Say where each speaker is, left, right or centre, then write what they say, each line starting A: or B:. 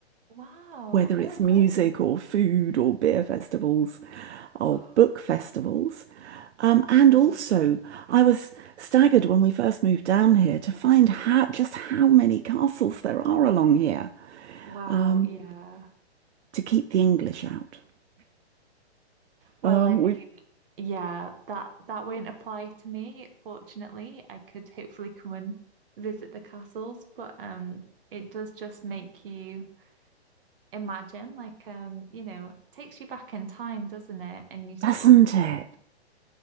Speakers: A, on the right; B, on the right.
A: Wow.
B: whether
A: Oh,
B: it's music
A: great.
B: or food or beer festivals or
A: <sighs> Oh,
B: book festivals. Um, and
A: You know,
B: also, I was staggered when we first moved down here to find how just how many castles there are along here.
A: wow.
B: Um,
A: Yeah.
B: to keep the English out,
A: Well,
B: Um,
A: I
B: we've
A: Yeah, that that won't apply to me. Fortunately, I could hopefully come and visit the castles, but um it does just make you imagine like um you know, takes you back in time, doesn't it? And you sort
B: doesn't
A: of
B: it?